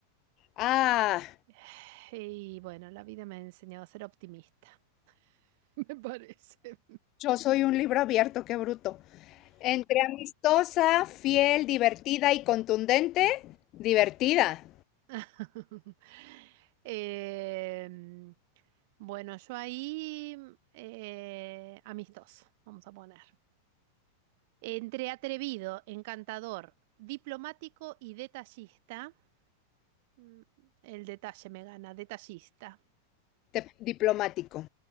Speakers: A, on the left; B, on the right.
A: Ah,
B: <sighs> Y bueno, la vida me ha enseñado a ser optimista, <laughs> me parece.
A: yo soy un libro abierto, qué bruto. Entre amistosa, fiel, divertida y contundente. Divertida.
B: <laughs> Em, bueno, yo ahí eh, amistoso, vamos a poner. Entre atrevido, encantador, diplomático y detallista. mm, El detalle me gana, detallista.
A: Te- diplomático.